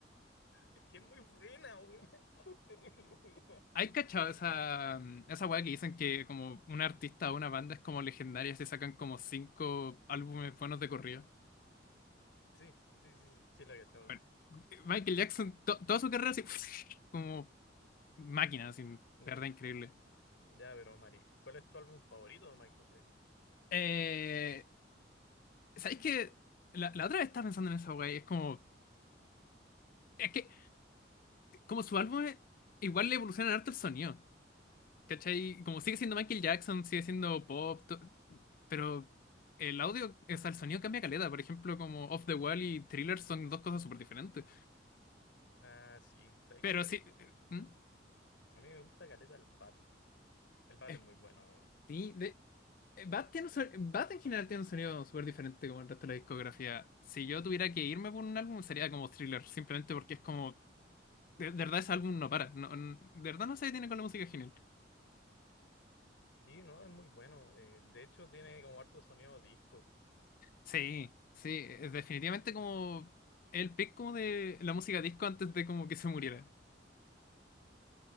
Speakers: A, on the left (about 85°); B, on the left (about 50°).
A: es que es muy buena, weón, <laughs> es que es terrible buena.
B: ¿Hay cachado esa, mm, esa weá que dicen que como un artista o una banda es como legendaria si sacan como cinco álbumes buenos de corrido?
A: Sí, sí, sí, sí, sí la he cachado.
B: Bueno, Michael Jackson, to- toda su carrera así, <laughs> como máquina, así, de
A: Mm,
B: verdad increíble.
A: Ya, pero Mari, ¿cuál es tu álbum favorito de Michael Jackson?
B: Eh, ¿sabéis que la, la otra vez estaba pensando en esa weá y es como, es que como su álbum igual le evoluciona harto el sonido. ¿Cachai? Como sigue siendo Michael Jackson, sigue siendo pop, to- pero el audio, o sea, el sonido cambia caleta. Por ejemplo, como Off the Wall y Thriller son dos cosas súper diferentes.
A: Ah, sí. ¿Sabes
B: Pero
A: qué?
B: sí, eh, ¿hmm?
A: A mí me gusta caleta el bat. El bat
B: Eh,
A: es muy bueno. weón.
B: sí, de, eh, Bad tiene un son- Bad en general tiene un sonido súper diferente como el resto de la discografía. Si yo tuviera que irme por un álbum, sería como Thriller, simplemente porque es como, de, de verdad ese álbum no para. No, n- de verdad no se detiene con la música genial.
A: Sí, no, es muy bueno. Eh, de hecho, tiene como harto sonido disco.
B: Sí, sí, es definitivamente como el pick como de la música disco antes de como que se muriera.